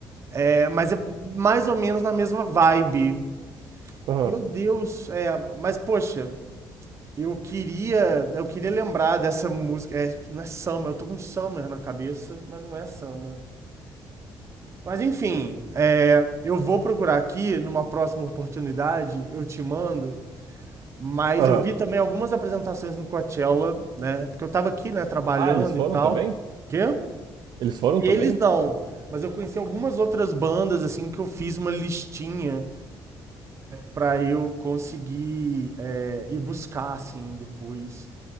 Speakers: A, on the right; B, on the right.
A: é, mas é mais ou menos na mesma vibe.
B: Aham.
A: Meu Deus, é, mas poxa, Eu queria, eu queria lembrar dessa música. É, não é Summer, eu tô com Summer na cabeça, mas não é Summer. Mas enfim, é, eu vou procurar aqui, numa próxima oportunidade, eu te mando. Mas
B: Aham.
A: eu vi também algumas apresentações no Coachella, né? Porque eu tava aqui, né, trabalhando
B: Ah, eles foram
A: e tal.
B: também?
A: Quê?
B: Eles foram
A: Eles
B: também?
A: não. Mas eu conheci algumas outras bandas, assim, que eu fiz uma listinha pra eu conseguir é, ir buscar, assim, depois.